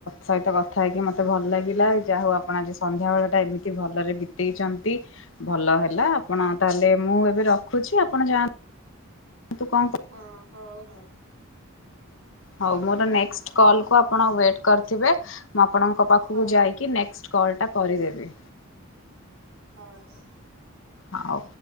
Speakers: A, on the left; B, on the right.
A: ସହିତ କଥା ହେଇକି ମତେ ଭଲ ଲାଗିଲା ଯାହା ହଉ ଆପଣ ଆଜି ସନ୍ଧ୍ୟା ବେଳଟା ଏମିତି ଭଲରେ ବି ଦେଇଛନ୍ତି ଭଲ ହେଲା ଆପଣ ତାହେଲେ ମୁଁ ଏବେ ରଖୁଛି ଆପଣ ଯାଆ <unintelligible>
B: ଓ ହ ହ।
A: ହଉ ମୋର ନେକ୍ସଟ୍ କଲ୍ କୁ ଆପଣ ୱେଟ୍ କରିଥିବେ ମୁଁ ଆପଣଙ୍କ ପାଖକୁ
B: ହଉ
A: ଯାଇ କି ନେକ୍ସଟ୍ କଲ୍ ଟା କରିଦେବି।
B: ହଁ ହଉ।
A: ଆ।